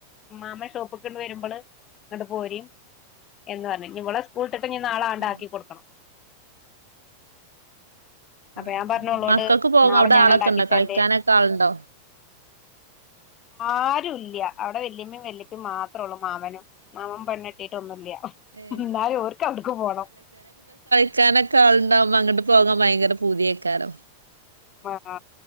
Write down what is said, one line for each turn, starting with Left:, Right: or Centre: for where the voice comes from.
Left: മാമൻ ഷോപ്പ്ക്ക്ങ്ങട്ട് വരുമ്പള് ഇങ്ങട്ട് പോരിം എന്ന് പറഞ്ഞു ഇനി ഇവളെ സ്കുൾട്ടിട്ട് നാളങ്ങട്ട്
Right: ആഹ്
Left: ആക്കി കൊടുക്കണം. അപ്പൊ
Right: ആഹ്
Left: ഞാൻ പറഞ്ഞു
Right: ആഹ്
Left: ഓളോട്
Right: മക്കൾക്ക് പോക
Left: നാളെ
Right: അവിടെ
Left: ഞാൻ
Right: ആളൊക്കെ
Left: അങ്ങട് ആക്കിത്തരണ്ട്.
Right: ഉണ്ടോ കളിക്കാനൊക്കെ ആളുണ്ടോ
Left: ആരുല്ല്യ അവിടെ വല്ലിമ്മേം വെല്ലിപ്പേം മാത്രൊള്ളൂ മാമനും മാമൻ പെണ്ണ് കെട്ടിട്ടൊന്നും ഇല്ല
Right: ഏഹ്
Left: ന്നാലും ഓര്ക്ക് അവ്ടുക്ക് പോണം
Right: ക്കാനൊക്കെ ആളുണ്ടാവ്മ്പൊ അങ്ങട്ട് പോകാൻ ഭയങ്കര പൂതിയേക്കാരം
Left: ആ